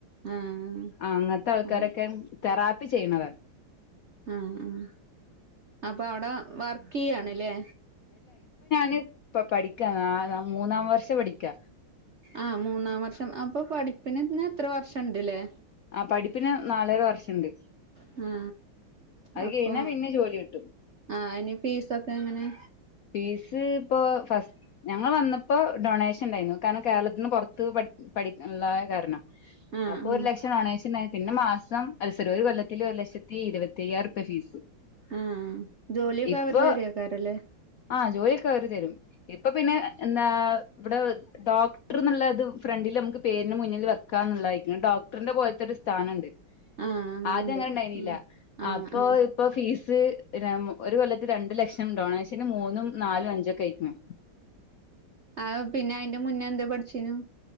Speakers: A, on the right; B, on the left.
A: ആഹ്
B: ആ അങ്ങൻത്തെ ആൾക്കാരൊക്കെ.
A: ആഹ്
B: തെറാപ്പി ചെയ്യ്ണത്
A: ആഹ് ആ അപ്പൊ അഉടെ വർക്ക് യ്യാണ്ല്ലേ.
B: നി പ്പ പഠിക്ക നാല മൂന്നാം വർഷം പഠിക്കാ
A: ആഹ് മൂന്നാം വർഷം അപ്പൊ പഠിപ്പിനെന്നെ എത്ര വർഷം ഇണ്ട്ലെ?
B: ആ പഠിപ്പിന് ഹ് നാലര വർഷണ്ട്.
A: ഹ്മ്
B: അത്
A: അപ്പൊ
B: കഴിഞ്ഞാ പിന്നെ ജോലി കിട്ടും
A: ആ അയിന് ഫീസൊക്കെ എങ്ങനെ?
B: ഫീസ് ഇപ്പോ ഫസ് ഞങ്ങൾ വന്നപ്പോ ഡൊണേഷൻ ഉണ്ടായിന്നു കാരണം കേരളത്തിന്ന് പൊറത്ത് പട് പഠിക്ക ള്ളായ കാരണം
A: ആഹ്
B: അപ്പൊ
A: ആഹ്
B: ഒരു ലക്ഷം ടൊണേഷ പിന്നെ മാസം സിറി ഒരു കൊല്ലത്തില് ഒരു ലക്ഷത്തി ഇരുവത്തയ്യായിരം ഉർപ്യ ഫീസ്.
A: ആഹ് ജോലിയൊക്കെ
B: ഇപ്പൊ
A: അവര് തെരോക്കാരലെ
B: ആഹ് ജോലിയൊക്കെ അവര് തരും ഇപ്പൊ പിന്നെ ഹ് എന്താ ഇവിടെ വെ ഡോക്ടർന്നുള്ളത് ഫ്രണ്ടിൽ നമുക്ക് പേരിന് മുന്നിൽ വെക്കാന്ന്ള്ളയിക്ണ് ഡോക്ടറിന്റെ പോൽത്തൊര് സ് സാനണ്ട്
A: ആഹ് അങ്ങനെണ്ട്
B: ആദ്യ ആങ്ങനെണ്ടായിന്നില്ല
A: ആഹ്
B: അപ്പൊ
A: ആഹ് ആഹ്
B: ഇപ്പോ ഫീ സ് രം ഒരു കൊല്ലത്ത് രണ്ട് ലക്ഷം ഡോണേഷന് മൂന്നും നാലും അഞ്ചും ക്കെ അയിക്ണ്
A: ആ ആഹ് പിന്നെ അയിന്റെ മുന്നേ ന്താ പഠിച്ചീനു